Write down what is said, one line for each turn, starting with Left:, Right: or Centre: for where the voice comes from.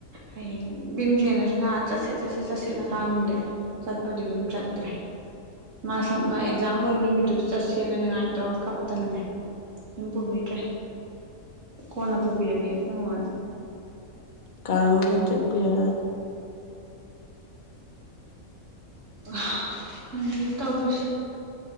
Right: ꯍꯌꯦꯡ ꯕꯤꯝꯖꯦꯟꯅꯁꯨ ꯅꯍꯥꯟ ꯆꯠꯁꯦ ꯆꯠꯁꯦ ꯆꯠꯁꯦꯅ ꯈꯥꯡꯉꯝꯗꯦ ꯆꯠꯄꯗꯤ ꯑꯗꯨꯝ ꯆꯠꯇ꯭ꯔꯦ ꯃꯥ ꯁꯝ ꯃꯦ ꯑꯦꯛꯖꯥꯝ ꯂꯣꯏꯕ ꯅꯨꯃꯤꯠꯇꯨꯗ ꯆꯠꯁꯦꯅ ꯅꯤꯉꯥꯏ ꯇꯧꯔꯒ ꯀꯞꯇꯅꯅꯦ ꯑꯗꯨꯝ ꯄꯨꯕꯤꯗ꯭ꯔꯦ ꯀꯣꯟꯅ ꯄꯨꯕꯤꯔꯒꯦ ꯏꯕꯨꯡꯉꯣꯅ
Left: ꯀꯥꯡꯗ ꯑꯣꯏꯅ ꯆꯠꯄꯤꯔ
Right: ꯍꯥ ꯈꯪꯗꯦ ꯇꯧꯔꯤꯁꯦ